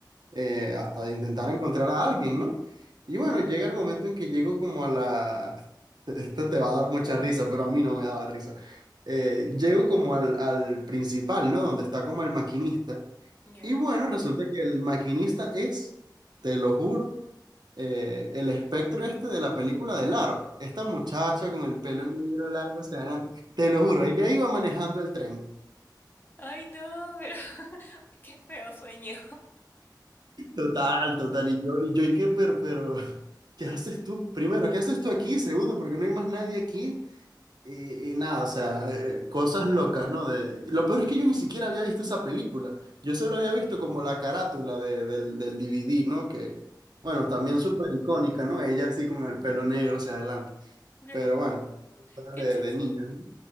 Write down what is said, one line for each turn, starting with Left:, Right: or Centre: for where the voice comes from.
Right: eh, hasta intentar encontrar a alguien, ¿no? Y bueno, llega el momento en que llego como a la... <laughs> Esto te va a dar mucha risa, pero a mí no me daba risa. Eh, llego como al, al principal, ¿no? Donde está como el maquinista.
Left: ya.
Right: Y bueno, resulta que el maquinista es, te lo juro, eh, el espectro este de la película de Laro. Esta muchacha con el pelo negro largo hacia adelante. Te lo juro, ella iba manejando el tren.
Left: Ay, no, pero <laughs> qué feo sueño.
Right: Total, total. Y yo, y yo, ¿y qué? Pero, pero, ¿qué haces tú? Primero, ¿qué haces tú aquí? Segundo, porque no hay más nadie aquí. Y, y nada, o sea, eh, eh, cosas locas, ¿no? De, y lo peor es que yo ni siquiera había visto esa película. Yo solo había visto como la carátula de- del, del DVD, ¿no? Que, bueno, también súper icónica, ¿no? Ella así con el pelo negro hacia adelante.
Left: Claro,
Right: Pero bueno,
Left: qué
Right: de,
Left: chistoso.
Right: de niños, ¿no?